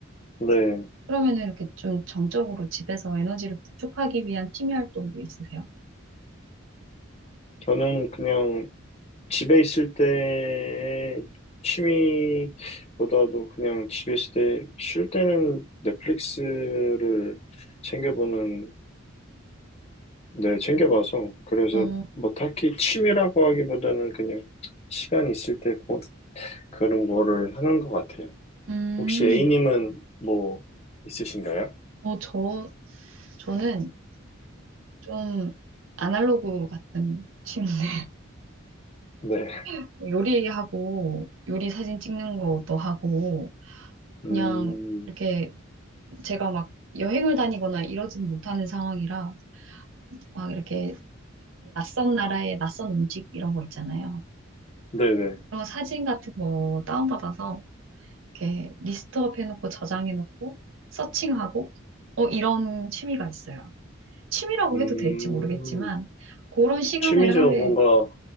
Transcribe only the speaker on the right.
그러면은 이렇게 좀 정적으로 집에서 에너지를 구축하기 위한 취미 활동도 있으세요?
어,
어,
음,
어, 저, 저는 좀 아날로그 같은 취미인데,
<laughs> 요리하고, 요리 사진 찍는 것도 하고, 그냥,
이렇게 제가 막 여행을 다니거나 이러지는 못하는 상황이라 막 이렇게 낯선 나라의 낯선 음식 이런 거 있잖아요.
그런 거 사진 같은 거 다운받아서 이렇게 리스트업 해놓고 저장해놓고 서칭하고 어 이런 취미가 있어요. 취미라고
해도 될지 모르겠지만 그런 시간을
하루에